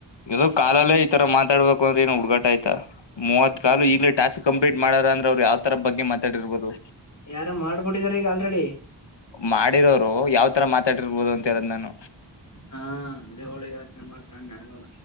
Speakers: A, on the left (about 75°); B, on the left (about 40°).
A: ಇದು ಕಾಲಲ್ಲೇ ಈ ತರ ಮಾತಾಡ್ಬೇಕು ್ರಾ <unintelligible> ಆಯ್ತಾ ಮೂವತ್ ಕಾಲು
B: ಹ್ಮ್
A: ಈಗ್ ಟಾಸ್ಕ್ ಕಂಪ್ಲೀಟ್ ಮಾಡಾರ ಅಂದ್ರ ಅವ್ರು ಯಾವ ತರ ಬಗ್ಗೆ ಮಾತಾಡಿರ್ಬೋದು
B: ಯಾರ ಮಾಡ್ಬಿಟ್ಟಿದಾರ ಈಗ ಆಲ್ರೆಡಿ
A: ಮಾಡಿರರು ಮಾಡಿರೋರು ಯಾವ್ ತರ ಮಾತಾಡಿರ್ಬಹುದು ಅಂತ ಹೇಳದ್ ನಾನು
B: ಹಾ ಅದೇ ಹೋಳಿ ಯತ್ನೆ ಮಾಡ್ತಾನೆ ನಾನು